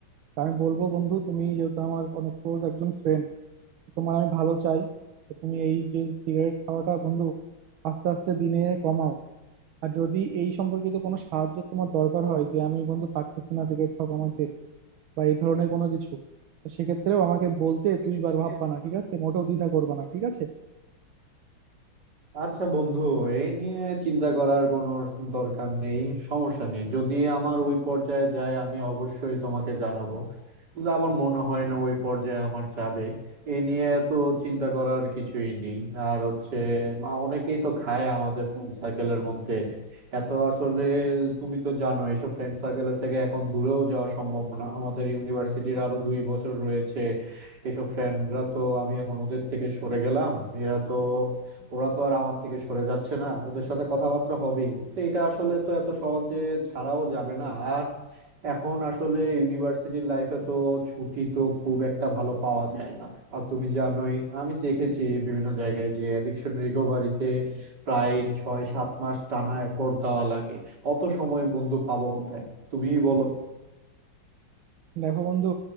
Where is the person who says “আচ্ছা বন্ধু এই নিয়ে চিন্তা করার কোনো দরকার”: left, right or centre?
Right